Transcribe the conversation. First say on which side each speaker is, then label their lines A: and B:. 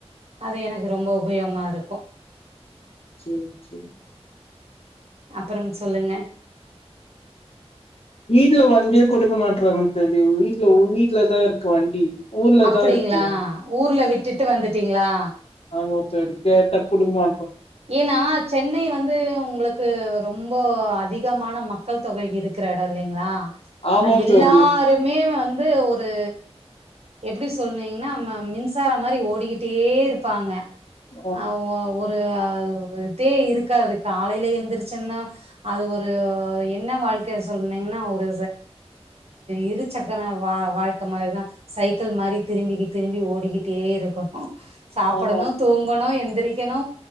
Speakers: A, on the right; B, on the left.
A: அது எனக்கு ரொம்ப உபயோகமா இருக்கோ
B: சேர் சேரி
A: அப்புறம் சொல்லுங்க
B: வீட்டுல வண்டியே கொடுக்க மாட்டறாங்க தோழி உ வீட்டுல உ வீட்லதா இருக்கு வண்டி ஊர்லதா
A: அப்டிங்களா
B: இருக்கு
A: ஊர்ல விட் விட்டுட்டு வந்துட்டீங்ளா
B: <unintelligible> அது கேட்ட கொடுக்கமா
A: ஏன்னா சென்னை வந்து உங்களுக்கு ரொம்ப அதிக அதிகமான மக்கள் தொகை இருக்கிற எடோ இல்லைங்ளா
B: ஆமா
A: எல்லாருமே
B: தோழி
A: வந் வந்து ஒரு எப்டி சொல்னீங்கன்னா நம்ம மின்சாரம் மாரி ஓடிக்கிட்டே இருப்பாங்க
B: ஆ
A: அவ ஒரித் இத இதே இருக்காது காலையில எந்தருச்சோன்னா அது ஒரு என்ன வாழ்க்க சொல்னீங்கன்னா ஒரு இரு சக்கர வா வாழ்க்க மாரிதா சைக்கிள் மாரி திரும்பி திரும்பி ஓடிக்கிட்டே இருக்கணு சாப்புடணு
B: ஆமா தோழி
A: தூங்கணு எந்திரி ரிக்கணு